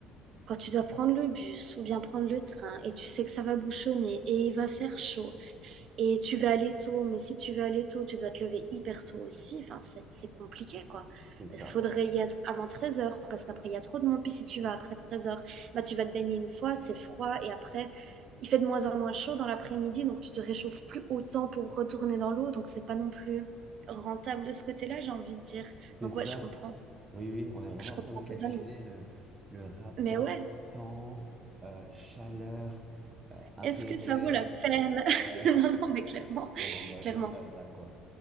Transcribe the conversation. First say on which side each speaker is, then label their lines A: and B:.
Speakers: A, on the right; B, on the right.
A: Quand tu dois prendre le bus ou bien prendre le train et tu sais que ça va bouchonner et il va faire chaud et tu vas aller tôt, mais si tu veux aller tôt, tu dois te lever hyper tôt aussi. Enfin, c'est c'est compliqué, quoi.
B: C'est
A: Parce
B: ça.
A: qu'il faudrait y être avant treize heures, parce qu'après, il y a trop de monde. Puis si tu vas après treize heures, bah, tu vas te baigner une fois, c'est froid. Et après, il fait de moins en moins chaud dans l'après-midi, donc tu te réchauffes plus autant pour retourner dans l'eau. Donc, c'est pas non plus rentable de ce côté-là, j'ai envie de dire.
B: C'est
A: Donc,
B: ça.
A: ouais, je comprends.
B: Oui, oui, on est vraiment
A: Je comprends
B: en train de calculer
A: totalement.
B: le, le rapport
A: Mais ouais,
B: temps, euh, chaleur, euh, intérêt.
A: est-ce que ça vaut la
B: <laughs>
A: peine?
B: Ouais,
A: <laughs> Non, non,
B: on
A: mais clairement,
B: on en est à
A: clairement.
B: ce stade-là, quoi.